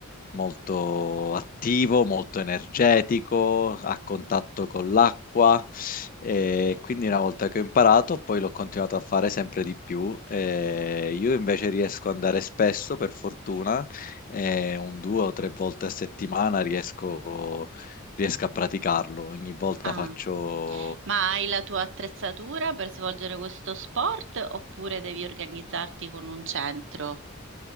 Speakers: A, on the left; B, on the right.
A: molto attivo, molto energetico, a contatto con l'acqua e quindi una volta che ho imparato poi l'ho continuato a fare sempre di più. Eh, io invece riesco ad andare spesso per fortuna e un due o tre volte a settimana riesco, riesco a praticarlo. Ogni volta
B: Ah.
A: faccio,
B: Ma hai la tua attrezzatura per svolgere questo sport oppure devi organizzarti con un centro?